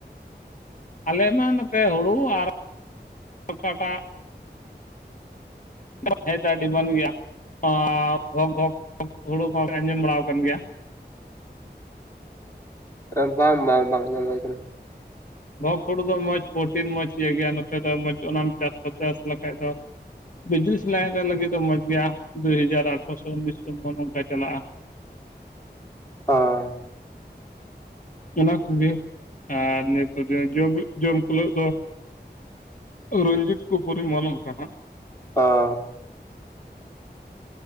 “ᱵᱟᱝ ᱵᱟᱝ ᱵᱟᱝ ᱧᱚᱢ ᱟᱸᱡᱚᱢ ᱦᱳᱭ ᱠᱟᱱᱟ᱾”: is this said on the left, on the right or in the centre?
Left